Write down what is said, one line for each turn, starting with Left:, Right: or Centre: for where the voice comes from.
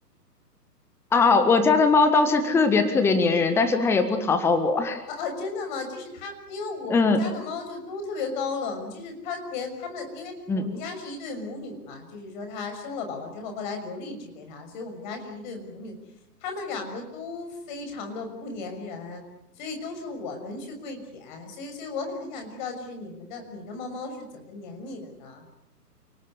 Centre: 啊，我家的猫倒是特别特别粘人，但是它也不讨好我。
Left: 呃呃，哦啊真的吗？就是它，因为我们家的猫就都特别高冷，
Centre: <laughs> 嗯
Left: 就是它连它们，因为我们家是一对母女嘛，
Centre: 嗯。
Left: 就是说它生了宝宝之后，后来留了一只给它，所以我们家是一对母女，它们两个都非常的不粘人，所以都是我们去跪舔，所以所以我很很想知道，就是你们的你的猫猫是怎么粘你的呢？